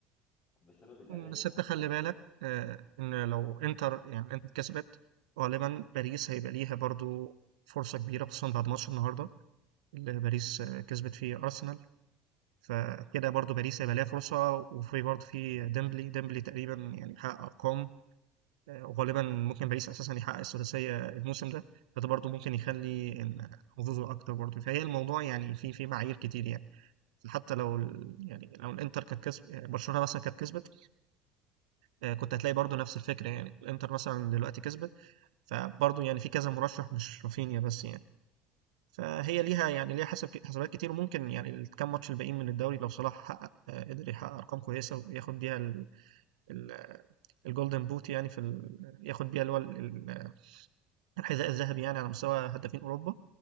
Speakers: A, on the left (about 40°); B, on the right (about 80°).
A: بسبب الأداء
B: مم. بس
A: اللي حصل
B: انت خلي
A: في الفترة
B: بالك
A: اللي فاتت
B: آه ان لو انتر يعني انتر كسبت غالبا باريس هيبقى ليها برضو فرصة كبيرة خصوصا بعد ماتش النهاردة اللي باريس آه، كسبت فيه أرسنال فكده
A: مم.
B: برضو باريس هيبقى ليها فرصة وفي برضو في ديمبلي ديمبلي تقريبا يعني بيحقق أرقام وغالبا ممكن باريس اساسا يحقق الثلاثيه الموسم ده فده برضو ممكن يخلي ان حظوظه اكتر برضو فهي الموضوع يعني في في معايير كتير يعني حتى لو ال- يعني لو الانتر كانت كسب برشلونه مثلا كانت كسبت آه، كنت هتلاقي برضو نفس الفكره يعني الانتر مثلا دلوقتي كسبت فبرضو يعني في كذا مرشح مش رافينيا بس يعني فهي ليها يعني ليها حسب حسابات كتير وممكن يعني الكام ماتش الباقيين من الدوري لو صلاح حقق آه، قدر يحقق ارقام كويسه وياخد بيها ال- ال- الجولدن بوت يعني في ال... ياخد بيها اللي هو ال- ال- الحذاء الذهبي يعني على مستوى هدافين أوروبا